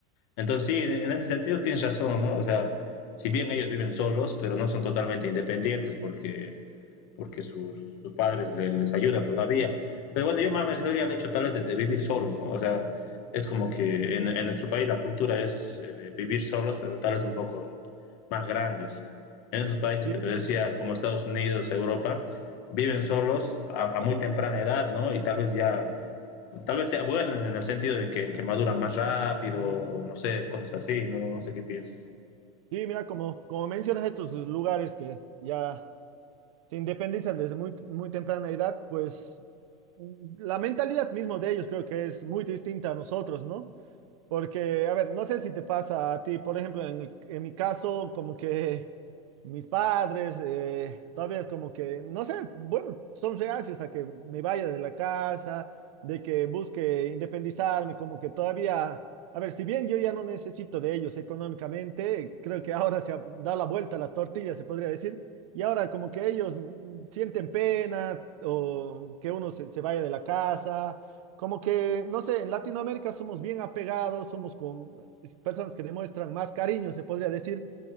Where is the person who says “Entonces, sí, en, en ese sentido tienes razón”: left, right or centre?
Left